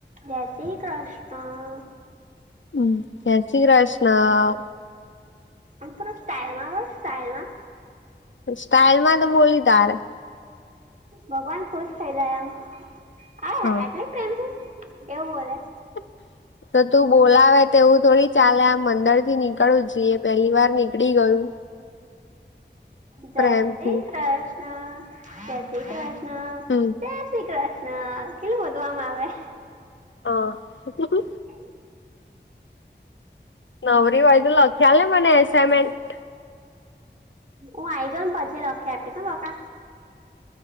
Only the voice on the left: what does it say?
હમ જય શ્રી કૃષ્ણ.
સ્ટાઇલ માં તો બોલી તારે.
હમ.
<unintelligible> તો તું બોલાવે તોવું થોડી ચાલે આમ મંદર થી નીકળું જઈએ પેલી વાર નીકળી ગયું.
પ્રેમથી
હમ
ઓ હમ હમ.
નવરી હોય તો લખ્યાલ ને મને એસાઇનમેન્ટ